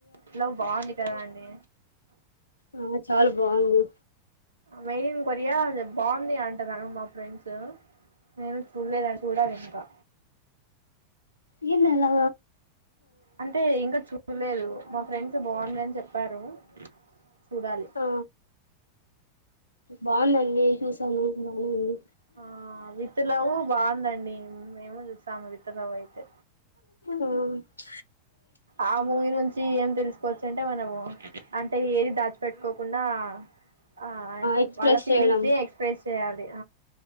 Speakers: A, on the right; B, on the left.
A: ఇట్లా బాగుంది కదా అండి
B: ఆ చాలా బాగుంది
A: మైలీన్ కొరియా అ బాంది అంటనుమా ఫ్రెండ్స్ నేను చూడలేదని చూడాలి ఇంకా
B: వీరు నలా
A: అంటే ఇంకా చూడలేదు మా ఫ్రెండ్స్ బాగుంది అని చెప్పారు చూడాలి
B: ఆ బాగుందండి చూసాను బానేండి
A: ఆ వితులవ బాగుందండి మేము చూసాము వితులవ అయితే
B: ఆ
A: ఆ ముూగి నుంచి ఏం తెలుసు కోవచ్చుంటే మనము అంటే ఏది దాచిపెట్టుకోకుండా ఆ
B: ఎక్స్ప్రెస్
A: వాళ్ళ ఫీలింగ్స్
B: చేయడం
A: ని ఎక్స్ప్రెస్ చేయాల